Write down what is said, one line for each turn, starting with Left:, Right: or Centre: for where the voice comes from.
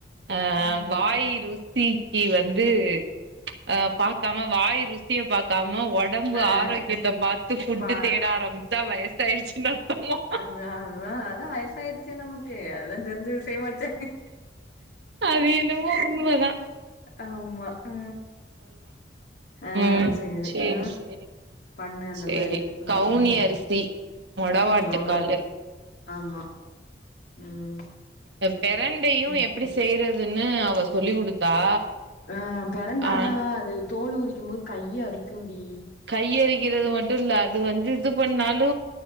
Right: ஆ
Left: ம்
Right: வாய் ருசி நீ வந்து ஆ பாக்காம வாய் ருசிய பாக்காம ஒ டம்பு
Left: ஆ
Right: ஆரோக்கியத்த பாத்து ஃபுட்டு்
Left: பா
Right: தேட ஆரமிச்சா வயசாய்டுச்சுன் அற்த்தமா
Left: அதா அதா அதா வயசாய்டுச்சே நமக்கு அதுதா தெரிஞ்ச விசயமாச்சே
Right: அது என்னமோ உண்மதா
Left: ஆமா ஆ ஆ
Right: ம் சேரி
Left: ஆ
Right: சேரி
Left: பண்ணு அந்த
Right: சேரி
Left: மாரி ம்
Right: கவுனி அரிசி மொடவாட்டு
Left: ம் ஆமா
Right: காலு
Left: ஆமா ம்
Right: இந்த பெரண்டையு
Left: ம்
Right: எப்டி செய்றதுன்னு அவ சொல்லி குடுத்தா
Left: ஆ பெரண்ட
Right: ஆ
Left: ஆனா அது தோல் உரிக்குமோது கைய அரிக்குண்டி
Right: கையரிக்கிறது மட்டு இல்ல அது வந்து இது பண்ணாலு